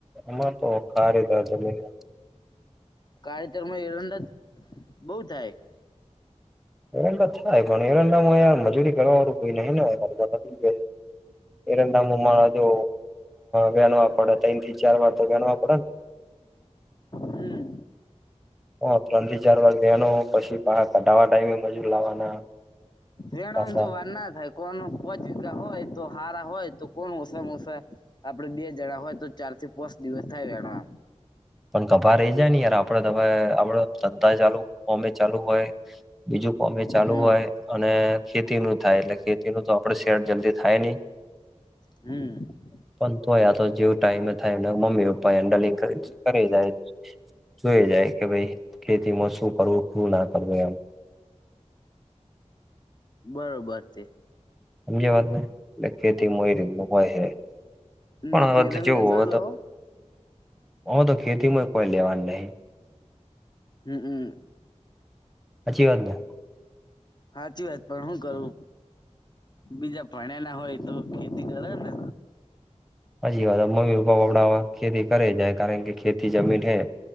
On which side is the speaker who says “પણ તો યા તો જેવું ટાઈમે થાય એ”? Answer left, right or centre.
Centre